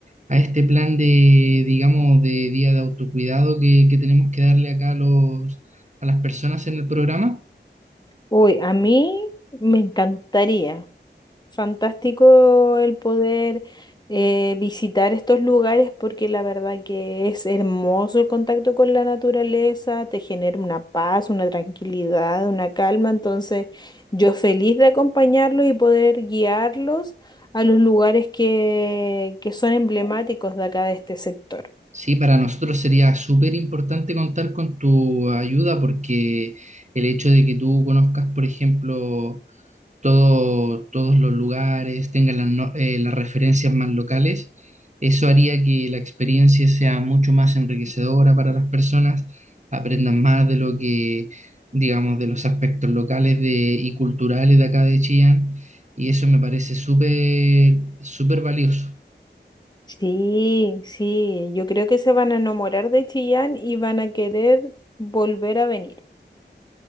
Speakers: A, on the right; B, on the left.
A: a este plan de, digamos, de día de autocuidado que, que tenemos que darle acá a los, a las personas en el programa.
B: Uy, a mí me encantaría. Fantástico el poder eh, visitar estos lugares porque la verdad que es hermoso el contacto con la naturaleza, te genera una paz, una tranquilidad, una calma. Entonces, yo feliz de acompañarlos y poder guiarlos a los lugares que, que son emblemáticos de acá de este sector.
A: Sí, para nosotros sería súper importante contar con tu ayuda porque el hecho de que tú conozcas, por ejemplo, todo- todos los lugares, tengas las, no- eh, las referencias más locales, eso haría que la experiencia sea mucho más enriquecedora para las personas, aprendan más de lo que, digamos, de los aspectos locales de- y culturales de acá de Chillán, y eso me parece súper, súper valioso.
B: Sí, sí, yo creo que se van a enamorar de Chillán y van a querer volver a venir.